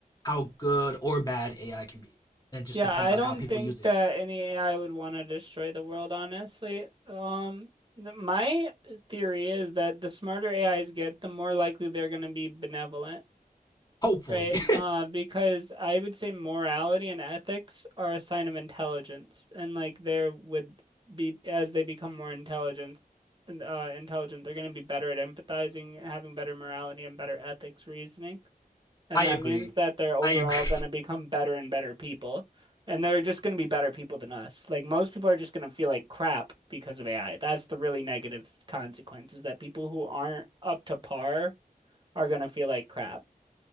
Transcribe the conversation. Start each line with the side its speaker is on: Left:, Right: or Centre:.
Left: how good or bad AI can be. And it just
Right: Yeah,
Left: depends
Right: I
Left: on
Right: don't
Left: how people
Right: think
Left: use it.
Right: that any AI would want to destroy the world, honestly. Um, th- my theory is that the smarter AIs get, the more likely they're going to be benevolent.
Left: Hopefully.
Right: Right, uh, because I would say morality and ethics are a sign of intelligence, and like there would be as they become more intelligent, uh, intelligent, they're going to be better at empathizing, having better morality and better ethics reasoning,
Left: <laughs>
Right: and
Left: I
Right: that
Left: agree.
Right: means that they're overall
Left: I agree.
Right: going to become better and better people, and they're just going to be better people than us. Like most people are just going to feel like crap because of AI. That's the really negative consequences that people who aren't up to par are going to feel like crap.